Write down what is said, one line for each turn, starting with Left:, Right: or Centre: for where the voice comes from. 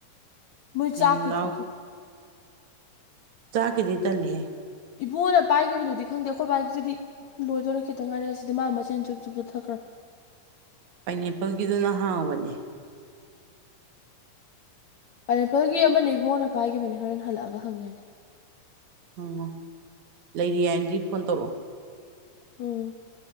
Left: ꯃꯣꯏ
Right: ꯌꯥꯝ
Left: ꯆꯥꯛ ꯊꯛꯀꯅ
Right: ꯆꯥꯒꯤꯗꯤ ꯇꯥꯜꯂꯤꯍꯦ
Left: ꯏꯕꯣꯅ ꯄꯥꯏꯈꯤꯕꯗꯨꯗꯤ ꯈꯪꯗꯦ ꯑꯩꯈꯣꯏ ꯕꯥꯏꯛꯁꯤꯗꯤ ꯂꯣꯏꯗꯣꯏꯔ ꯈꯤꯇ ꯉꯥꯏꯔꯦ ꯑꯁꯤꯗꯤ ꯃꯥ ꯃꯆꯤꯟ ꯆꯨꯞ ꯆꯨꯞ ꯆꯠꯊꯈ꯭ꯔꯦ
Right: ꯄꯥꯏꯅꯦꯄꯜꯒꯤꯗꯨꯅ ꯍꯥꯎꯕꯅꯦ
Left: ꯄꯥꯏꯅꯦꯄꯜꯒꯤ ꯑꯃꯅꯦ ꯏꯕꯣꯅꯄꯥꯥꯏꯒꯤꯕꯅꯦ ꯍꯣꯔꯦꯟ ꯍꯜꯂꯛꯑꯒ ꯍꯪ ꯌꯥꯅꯤ
Right: ꯍꯪꯉꯣ ꯂꯩꯔꯤ ꯌꯥꯅꯗꯤ ꯐꯣꯟ ꯇꯧꯔꯛꯑꯣ
Left: ꯎꯝ